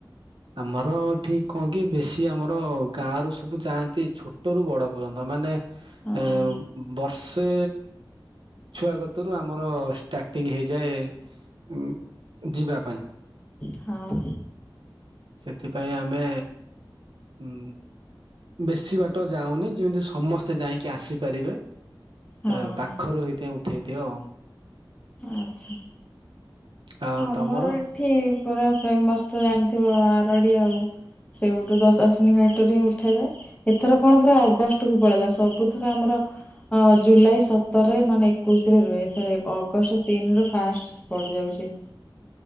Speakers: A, on the right (about 70°); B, on the left (about 15°).
A: ଆମର ଠିକ୍ କଣ କି ବେଶୀ ଆମର ଗାଁ ରୁ ସବୁ ଯାଆନ୍ତି ଛୋଟ ରୁ ବଡ଼ ପର୍ଯ୍ୟନ୍ତ ମାନେ
B: ହଁ
A: ଏ ବର୍ଷେ ଛୁଆ କତରୁ ଆମର ଷ୍ଟାର୍ଟିଂ ହେଇଛି ଯାଏ ଉ ଯିବା ପାଇଁ।
B: ହଁ।
A: ସେଥିପାଇଁ ଆମେ ଉଁ ବେଶୀ ବାଟ ଯାଉନି ଯେମିତି ସମସ୍ତେ ଯାଇକି ଆସିପାରିବେ।
B: ହଁ
A: ଏ ପାଖରୁ ହେଇଥାଇଁ ଉଠେଇଦିଅ ଆଉ।
B: ଆଚ୍ଛା।
A: ଆଉ
B: ଆମର
A: ତମର?
B: ଏଠି ପୁରା ଫେମସ୍ ତ ଜାଣିଥିବ ଆରଡ଼ି ଆଉ। ସେଉଠୁ ଦସାସିନି ଘାଟରୁ ହିଁ ଉଠାଯାଏ। ଏଥର କଣ ପୁରା ଅଗଷ୍ଟ କୁ ପଳେଇଲା। ସବୁଥର ଆମର ହଁ ଜୁଲାଇ ସତରରେ ନହେଲେ ଏକୋଇଶରେ ରୁହେ। ଏଥର ଅଗଷ୍ଟ ତିନି ରୁ ଫାଷ୍ଟ ସ୍ପଟ ଯାଉଛି।